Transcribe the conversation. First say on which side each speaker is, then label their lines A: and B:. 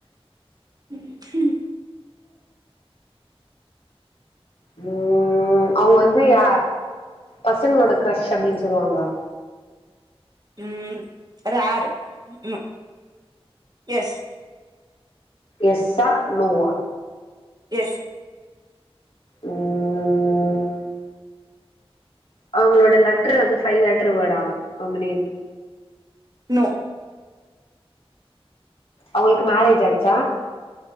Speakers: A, on the right; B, on the left.
A: உம்ம்
B: ம் ம் அவங்க வந்து ய பசங்ளோட கிரஷ் அப்டின் சொல்வாங்ளா
A: ம் ரேர் நோ எஸ்
B: எஸ்ஸா நோவா
A: எஸ்
B: ம் அவங்ளோட லெட்ரு வந்து ஃபைவ் லெட்ரு வேடா அவங்க நேம்
A: நோ
B: அவங்களுக்கு மேரேஜ் ஆய்ச்சா